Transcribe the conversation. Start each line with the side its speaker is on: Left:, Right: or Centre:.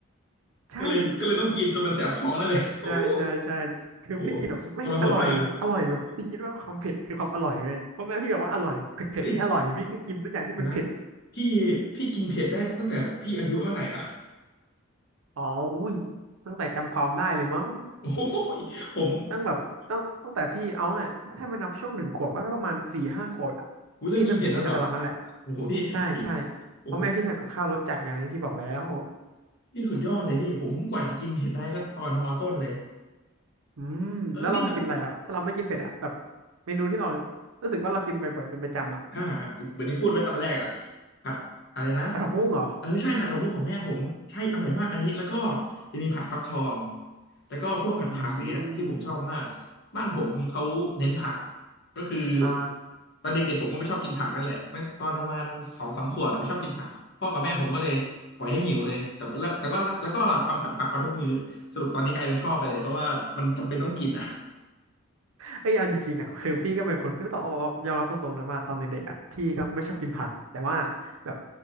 Right: ใช่ก็คือแบบ
Left: ก็เลยก็เลยต้องกินจนมันแสบท้องนั่นเลย <laughs> โอ้ย
Right: ใช่ใช่ใช่คือพี่กินแบบแม่งอร่อยอร่อยแบบพี่คิดว่าความเผ็ดคือความอร่อยเลยเพราะแม่พี่บอกว่าอร่อยเผ็ดเผ็ดนี่อร่อยพี่ก็กินทุกอย่างที่เป็นเผ็ด
Left: โหทรหดมากเฮ้ยเดี๋ยวนะพี่พี่กินเผ็ดได้ตั้งแต่พี่อายุเท่าไหร่อ่ะ
Right: อ๋ออุ้ยตั้งแต่จำความได้เลยมั้ง
Left: <laughs> โอ้ยผม
Right: ตั้งแบบตั้งตั้งแต่พี่เอาไงถ้ามันนับช่วงหนึ่งขวบก็ประมาณสี่ห้าขวบอะพี่เริ่มกินเผ็ดตั้งแต่ตอนนั้นแหละ
Left: อุ๊ยเริ่มกินเผ็ดแล้วเหรอโอ้โหพี่พี่
Right: ใช่ใช่
Left: โอ้โห
Right: เพราะแม่พี่ทำกับข้าวรสจัดไงพี่บอกแล้ว
Left: พี่สุดยอดเลยพี่ผมกว่าจะกินเผ็ดได้ก็ตอนมอต้นเลย
Right: อืม
Left: เออพี่แต่
Right: แล้วเรากินอะไรอ่ะถ้าเราไม่กินเผ็ดอ่ะแบบเมนูที่เรารู้สึกว่าเรากินบ่อยๆเป็นประจำอ่ะ
Left: อ่าเหมือนที่พูดไว้ตอนแรกอ่ะผัดอะไรนะ
Right: กระเพราะกุ้งเหรอ
Left: เออใช่ผัดผักบุ้งของแม่ผมใช่อร่อยมากอันนี้แล้วก็จะมีผัดฟักทองแล้วก็พวกผัดผักอย่างเงี้ยที่ผมชอบมาก
Right: อืม
Left: บ้านผมเขาเน้นผักก็คือ
Right: อ่า
Left: ตอนเด็กๆผมก็ไม่ชอบกินผักนั่นแหละตั้งตอนประมาณสองสามขวบเนี่ยไม่ชอบกินผักพ่อกับแม่ผมก็เลยปล่อยให้หิวเลยแต่ว่าแล้วแต่ก็ละแล้วก็ทำผัดผักมาทุกมื้อสรุปตอนนี้กลายเป็นชอบไปเลยเพราะว่ามันจำเป็นต้องกินอ่ะ
Right: เอ้ยเอาจริงๆอ่ะคือพี่ก็เป็นคนพี่ต้องเยอมรับตรงๆนะมาตอนเด็กๆอ่ะพี่ก็ไม่ชอบกินผักแต่ว่าแบบ